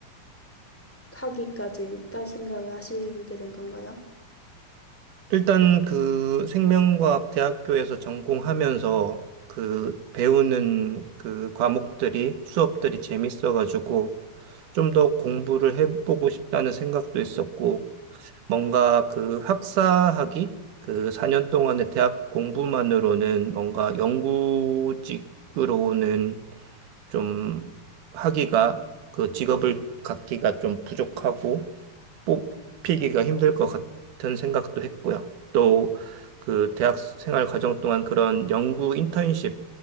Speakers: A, in the centre; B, on the right.
A: 학위까지 딸 생각을 하시게 된 건가요?
B: 일단 그 생명과학 대학교에서 전공하면서 그 배우는 그 과목들이 수업들이 재밌어가지고 좀 더 공부를 해보고 싶다는 생각도 있었고, 뭔가 그 학사학위, 그 4년 동안의 대학 공부만으로는 뭔가 연구직으로는 좀 하기가, 그 직업을 갖기가 좀 부족하고, 뽑히기가 힘들 것 같은 생각도 했고요. 또 그 대학 생활 과정 동안 그런 연구 인턴십